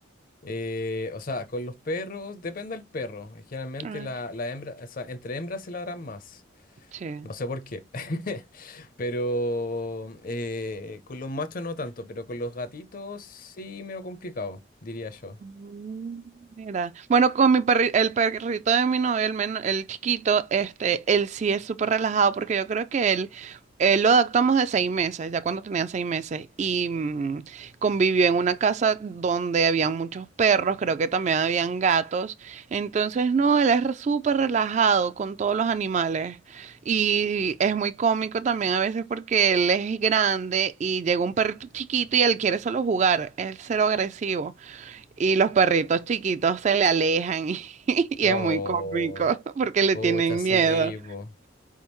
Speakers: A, on the left; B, on the right.
A: Eh, o sea, con los perros, depende del perro. Generalmente
B: Ah,
A: la,
B: qué
A: la hembra, o sea, entre hembras se ladran más.
B: che.
A: No sé por qué. <laughs> Pero eh, con los machos no tanto, pero con los gatitos sí me ha complicado, diría yo.
B: Mm, Mira, bueno, con mi perri- el perrito de mi novio, el, men- el chiquito, este, él sí es súper relajado porque yo creo que él, él lo adoptamos de seis meses, ya cuando tenía seis meses, y mm, convivió en una casa donde habían muchos perros, creo que también habían gatos, entonces no, él es re- súper relajado con todos los animales y es muy cómico también a veces porque él es grande y llega un perrito chiquito y él quiere solo jugar, es cero agresivo. Y los perritos chiquitos se le alejan <laughs> y,
A: No,
B: es muy cómico <laughs> porque le
A: pucha,
B: tienen
A: sí,
B: miedo.
A: po.